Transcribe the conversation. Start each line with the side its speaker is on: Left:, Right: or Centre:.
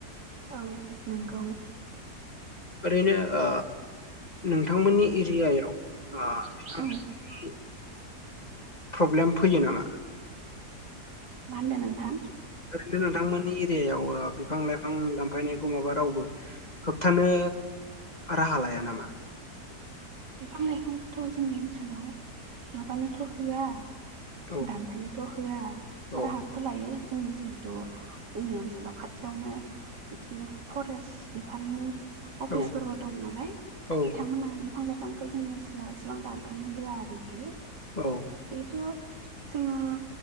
Right: औ नोंगौ
Left: ओरैनो ओ नोंथांमोननि एरियायाव ओ बिफां
Right: औ
Left: लाइफां प्रब्लेम फैयो नामा?
Right: मा होनदों नोंथां?
Left: ओरैनो नोंथांमोननि एरियायाव बिफां लाइफां दानफायनायखौ माबा रावबो होबथानो राहा लाया नामा?
Right: बिफां लाइफांखौथ' जोंनि ओनसोलाव माबानोथ' होआ
Left: औ
Right: दानफायनोथ' होआ
Left: औ
Right: राहाखौथ' लायो जोंनि जिहेथु जोंनि ओनसोलाव खाथियावनो बिदिनो फरेस्ट बिफाननि अफिसफोरबो
Left: औ
Right: दं नालाय
Left: औ
Right: बिथांमोनहा बिफां लाइ फांखौ जोंनि ओनसोलाव एसेबां दानफायनो होआ आरोखि।
Left: औ
Right: जिहेथु जोङो